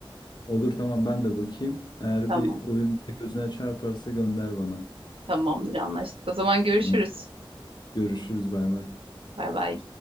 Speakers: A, on the left; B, on the right.
A: Olur tamam ben de bakayım. Eğer
B: Tamam.
A: bir oyun gözüne çarparsa gönder bana.
B: Tamamdır anlaştık. O zaman görüşürüz.
A: Tamam. Görüşürüz bay bay.
B: Bay bay.